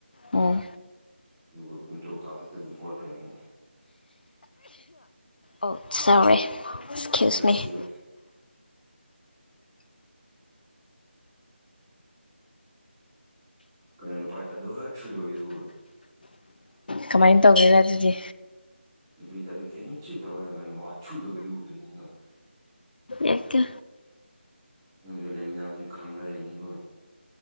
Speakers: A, on the left; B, on the right.
A: ꯑꯣ
B: ꯑꯗꯨꯒ ꯄꯨꯡ ꯇꯔꯨꯛ ꯇꯥ ꯍꯦꯛꯇ ꯑꯗꯨꯝ ꯍꯧꯔꯛꯈ꯭ꯔꯦ ꯃꯨꯛ
A: ꯑꯣ ꯁꯧꯔꯦ excuse
B: God bless
A: me <inaudible>
B: U ꯀꯩꯅꯣ ꯅꯨꯄꯥꯥꯏ ꯍꯣꯏꯊꯨ ꯇꯧꯏꯗꯨꯕꯨ
A: ꯀꯃꯥꯏꯅ ꯇꯧꯒꯦꯔ ꯑꯗꯨꯗꯤ
B: ꯅꯨꯄꯤ ꯇꯗꯨꯒꯤ ꯊꯤꯡ ꯏꯠꯁꯨ ꯇꯧꯒꯗ ꯀꯩꯅ ꯑꯣ ꯍꯥꯏꯊꯨ ꯇꯧꯏꯗꯨꯕꯨ ꯀꯩꯅꯣꯅ
A: ꯍꯦꯛꯇ
B: ꯅꯗꯨ ꯂꯩꯃꯤꯟꯅꯕꯁꯤꯡ ꯈꯪꯉ ꯂꯩꯅꯤꯀꯣ